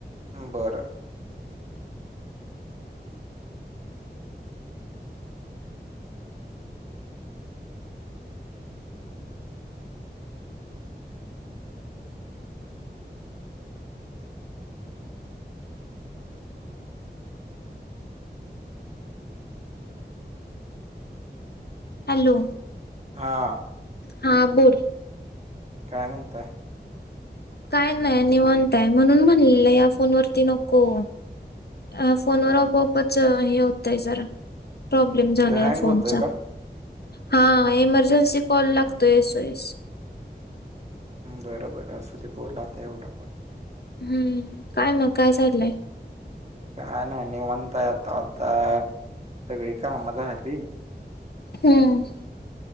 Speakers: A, on the right; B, on the left.
A: बरं.
B: हॅलो.
A: हा.
B: हा बोल.
A: काय म्हणताय.
B: काय नाही नि म्हणताय म्हणून म्हणलेलं या फोन वरती नको. अ फोनवर
A: हम्म
B: आपोआपच हे होतंय जरा प्रॉब्लेम झाला
A: ते
B: या
A: हँग
B: फोनचा
A: होतोय का
B: हा इमर्जन्सी कॉल लागतो येसो येस.
A: बरं बरं असं ते बोलाता एवढा पण.
B: हम्म काय मग काय चाललंय.
A: काय नाही नि म्हणताय आता आता सगळी कामचहात.
B: हम्म.